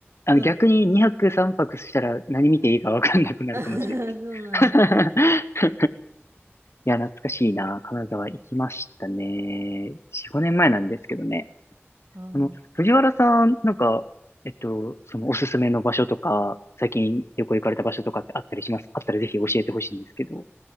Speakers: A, on the left; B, on the right.
A: あの逆に2泊3泊したら何見ていいかわかんなくなるかもしれ
B: そうなん、<laughs> そうなんです。
A: ない。<laughs> いや、懐かしいな。金沢行きましたね。4、5年前なんですけどね。
B: あー
A: あの、藤原さん、なんか、えっと、そのおすすめの場所とか、最近旅行行かれた場所とかってあったりしますあったらぜひ教えてほしいんですけど。